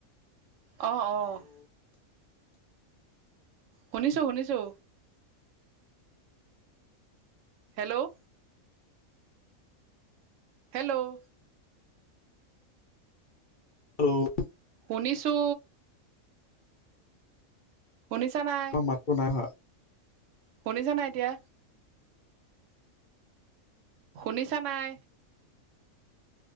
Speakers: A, on the right (about 70°); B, on the left (about 60°).
A: অঁ অঁ শুনিছোঁ শুনিছোঁ হেল্ল' হেল্ল'
B: হেল্ল'
A: শুনিছো শুনিছা নাই
B: অ মাততোনাই অহা
A: শুনিছা নাই এতিয়া শুনিছা নাই